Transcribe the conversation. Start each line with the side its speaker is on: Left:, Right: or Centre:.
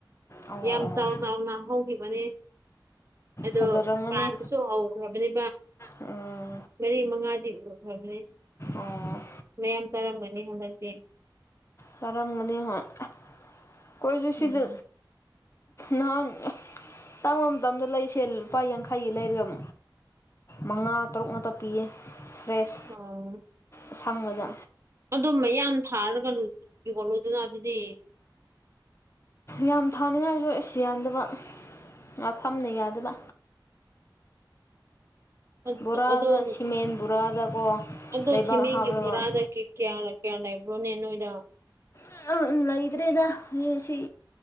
Left: ꯑꯣ ꯑꯣ
Right: ꯌꯥꯝ ꯆꯥꯎ ꯆꯥꯎꯅ ꯍꯧꯈꯤꯕꯅꯤ ꯑꯗꯣ
Left: ꯐꯖꯔꯝꯒꯅꯤ
Right: ꯄꯥꯟꯕꯁꯨ ꯍꯧꯈ꯭ꯔꯕꯅꯤ
Left: ꯎꯝ
Right: ꯃꯔꯤ ꯃꯉꯥꯗꯤ ꯎꯈ꯭ꯔꯕꯅꯦ
Left: ꯑꯣ
Right: ꯃꯌꯥꯝ ꯆꯥꯔꯝꯒꯅꯤ ꯍꯟꯗꯛꯇꯤ
Left: ꯆꯔꯝꯒꯅꯤ ꯍꫭꯏ ꯈꫭꯏꯁꯨ
Right: ꯎꯝ
Left: ꯁꯤꯗ ꯅꯍꯥꯟ ꯇꯥꯡꯕ ꯃꯇꯝꯗ ꯂꯩꯁꯦ ꯂꯨꯄꯥ ꯌꯥꯡꯈꯩꯒꯤ ꯂꯩꯔꯝ ꯃꯉꯥ ꯇꯔꯨꯛ ꯉꯛꯇ ꯄꯤꯌꯦ ꯐ꯭ꯔꯦꯁ
Right: <unintelligible>
Left: ꯑꯁꯪꯕꯗ
Right: ꯑꯗꯨ ꯃꯌꯥꯝ ꯊꯥꯜꯒ ꯌꯣꯂꯣꯗꯅ ꯑꯗꯨꯗꯤ
Left: ꯌꯥꯝ ꯊꯥꯅꯤꯡꯉꯥꯏꯁꯨ ꯏꯁ ꯌꯥꯟꯗꯕ ꯃꯐꯝꯅ ꯌꯥꯗꯕ
Right: ꯑꯗ
Left: ꯕꯣꯔꯥꯗ
Right: ꯗ ꯑꯗꯣ ꯅꯤ
Left: ꯁꯤꯃꯦꯟ ꯕꯣꯔꯥꯗꯀꯣ
Right: ꯁꯤ ꯑꯗ‌ꯣ
Left: ꯂꯩꯕꯥꯛ
Right: ꯁꯤꯃ‌ꯦꯟꯒꯤ
Left: ꯍꯥꯞꯂꯒ
Right: ꯕꯣꯔꯥꯗ ꯀꯔꯤ ꯀ‌ꯦꯌꯥ ꯂ‌ꯣꯏ ꯀꯌꯥꯝ ꯂꯩꯕꯔꫭꯅ‌ꯦ ꯅꫭꯏꯗ
Left: <unintelligible> ꯂꯩꯗ꯭ꯔꯦꯗ ꯅ‌ꯦꯁꯤ